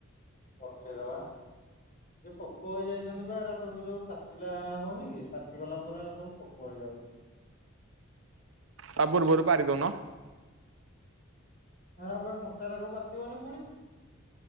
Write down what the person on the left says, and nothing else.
ପଠେଇଦବା ଯୋଉ ପୋକ ହେଇ ଯାଇଚନ୍ତି ବାା ଏରା ସବୁ ଯୋଉ ପାଚିଲା ହୋଉନିକି ପ ପାଚିଗଲା ପରେ ହେରା ସବୁ ପୋକ ହେଇଯାଉଚି।
ହେରାପା କଞ୍ଚାରାଗ ପାଚିବନି ପୁଣି।